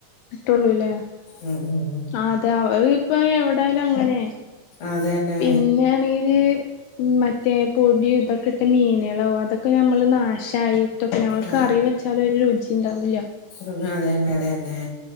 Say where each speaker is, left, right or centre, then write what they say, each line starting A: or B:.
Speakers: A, on the left; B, on the left.
A: കിട്ടുള്ളൂല്ലേ
B: ഉം ഉം ഉം
A: ആഹ് അതെ അവ ഇപ്പ എവിടായാലും അങ്ങനെ
B: അതന്നെ
A: പിന്നെയാണെങ്കില് മറ്റേ പൊടി ഇതൊക്കെ ഇട്ട മീനുകള അതൊക്കെ ഞമ്മള് നാശായിട്ടൊക്കെ ഞമ്മക്ക്
B: ആ
A: കറി വെച്ചാല് ഒരു രുചി ഉണ്ടാവൂല്ല സത്
B: ഉം അതന്നെ അതന്നെ